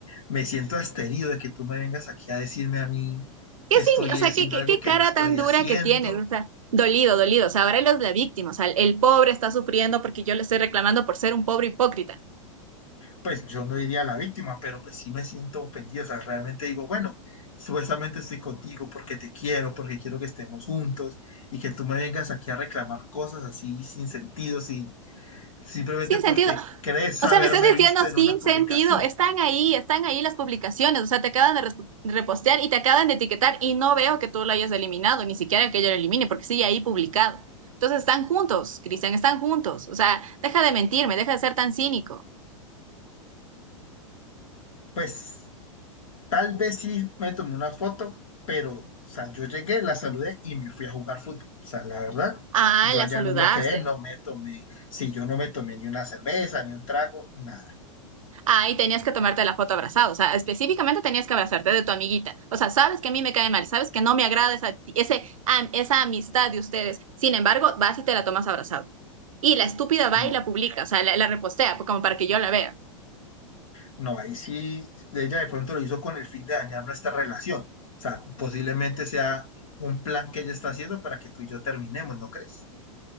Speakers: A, on the left (about 80°); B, on the right (about 80°).
A: me siento asterido de que tú me vengas aquí a decirme a mí
B: ¿Qué
A: que estoy
B: sí? O sea,
A: haciendo
B: ¿qué, qué,
A: algo
B: qué cara
A: que no estoy
B: tan dura
A: haciendo
B: que tienes? O sea, dolido, dolido. O sea, ahora él es la víctima. O sea, el pobre está sufriendo porque yo le estoy reclamando por ser un pobre hipócrita.
A: pues yo no diría la víctima, pero pues sí me siento ofendido, o sea, realmente digo, bueno, supuestamente estoy contigo porque te quiero, porque quiero que estemos juntos y que tú me vengas aquí a reclamar cosas así sin sentido, sin, simplemente
B: Sin
A: porque
B: sentido.
A: crees
B: O
A: haberme
B: sea, me estás diciendo
A: visto en
B: sin
A: una publicación.
B: sentido. Están ahí, están ahí las publicaciones. O sea, te acaban de res- repostear y te acaban de etiquetar y no veo que tú lo hayas eliminado, ni siquiera que yo lo elimine, porque sigue ahí publicado. Entonces están juntos, Cristian, están juntos. O sea, deja de mentirme, deja de ser tan cínico.
A: Pues tal vez sí me tomé una foto, pero, o sea, yo llegué, la saludé y me fui a jugar fútbol, o sea, la verdad.
B: Ah,
A: Yo
B: la
A: allá
B: saludaste.
A: no me quedé, no me tomé, si yo no me tomé ni una cerveza, ni un trago, nada,
B: Ah, y tenías que tomarte la foto abrazado, o sea, específicamente tenías que abrazarte de tu amiguita. O sea, sabes que a mí me cae mal, sabes que no me agrada esa, ese, am- esa amistad de ustedes. Sin embargo, vas y te la tomas abrazado. Y la estúpida va
A: no,
B: y la publica, o sea, la, la repostea po- como para que yo la vea.
A: No, ahí sí, ella de pronto lo hizo con el fin de dañar nuestra relación. O sea, posiblemente sea un plan que ella está haciendo para que tú y yo terminemos, ¿no crees?